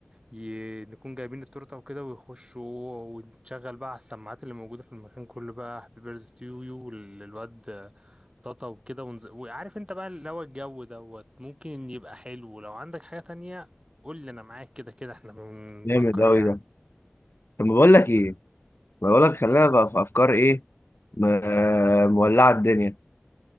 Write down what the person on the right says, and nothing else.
ي... نكون جايبين التورته وكده ويخشوا ونشغل بقى على السماعات اللي موجوده في المكان كله بقى هابي بيرث تو يو للواد طاطا وكده ونز... وعارف انت بقى اللي هو الجو دوت ممكن يبقى حلو لو عندك حاجه تانية قول لي انا معاك كده كده احنا بنفكر
يعني